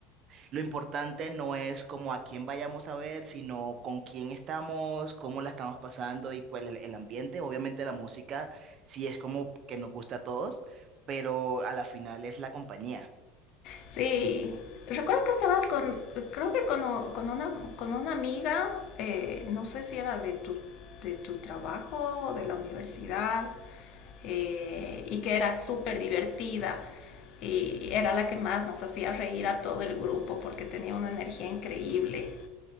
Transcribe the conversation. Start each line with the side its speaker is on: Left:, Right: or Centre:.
Right: lo importante no es como a quién vayamos a ver, sino con quién estamos, cómo la estamos pasando y cuál es el ambiente. Obviamente la música sí es como que nos gusta a todos, pero a la final es la compañía.
Left: Sí, recuerdo que estabas con, creo que con, o- con una, con una amiga, eh, no sé si era de tu, de tu trabajo o de la universidad, eh, y que era súper divertida. Y era la que más nos hacía reír a todo el grupo porque tenía una energía increíble.